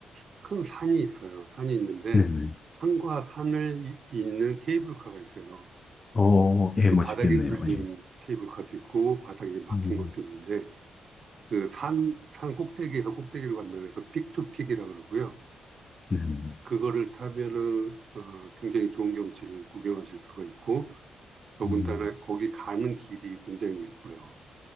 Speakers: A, on the right; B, on the left.
A: 큰 산이 있어요. 산이 있는데
B: 네네.
A: 산과 산을 이- 잇는 케이블카가 있어요.
B: 오, 예,
A: 그
B: 멋있겠네요.
A: 바닥이 뚫린
B: 예.
A: 케이블카도 있고 바닥이 막힌
B: 음,
A: 것도 있는데 그 산, 산 꼭대기에서 꼭대기로 간다 그래서 픽투픽이라 그러고요.
B: 네네.
A: 그거를 타면은 어, 굉장히 좋은 경치를 구경하실 수가 있고 더군다나
B: 음,
A: 거기 가는 길이 굉장히 예뻐요.